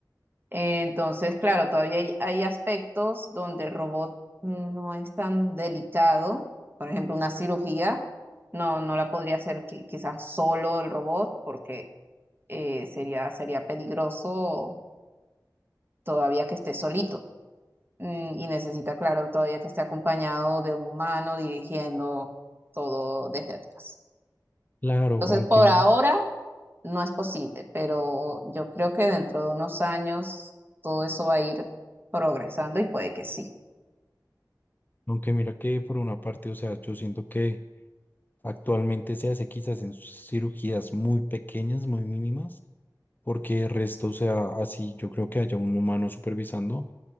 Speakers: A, on the right; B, on the left.
A: entonces, claro, todavía hay, hay aspectos donde el robot no es tan delicado. Por ejemplo, una cirugía no, no la podría hacer qui- quizás solo el robot porque eh, sería, sería peligroso todavía que esté solito. Mm, Y necesita, claro, todavía que esté acompañado de un humano dirigiendo todo desde atrás.
B: Claro,
A: Entonces,
B: aunque,
A: por
B: mi-
A: ahora no es posible, pero yo creo que dentro de unos años todo eso va a ir progresando y puede que sí.
B: aunque mira que por una parte, o sea, yo siento que actualmente se hace quizás en cirugías muy pequeñas, muy mínimas, porque el resto, o sea, así yo creo que haya un humano supervisando O